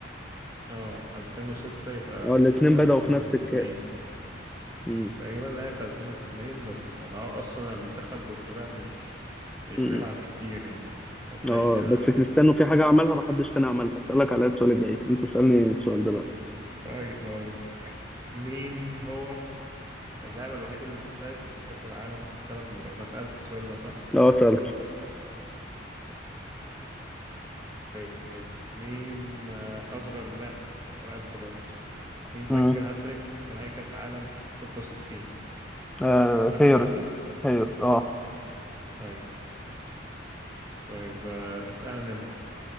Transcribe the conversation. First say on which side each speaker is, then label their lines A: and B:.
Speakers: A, on the right (about 20°); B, in the centre.
A: اه 2006 يبقى
B: اه
A: المفروض
B: الاثنين
A: 2002
B: بدأوا في نفس الكاس مم.
A: تقريبا لعب في 2002 بس ما هو اصلا المنتخب البرتغال مش مش
B: مم.
A: بيلعب كتير يعني فتلاقي
B: اه
A: كده
B: بس كريستيانو
A: بيخ...
B: في حاجة عملها محدش تاني عملها هسألك عليها السؤال الجاي انت اسألني السؤال ده بقى
A: طيب اقول لك مين هو اللاعب الوحيد اللي فاز بكأس العالم ثلاث مرات أنا سألتك السؤال ده صح؟
B: اه سألته
A: طيب مين آه، أصغر لاعب سألته برضه مين سجل
B: امم
A: هاتريك في نهائي كأس عالم 66
B: آه
A: ده أنت
B: هيرس
A: سألته؟
B: هيرس اه
A: أي طيب آه، اسألني أنت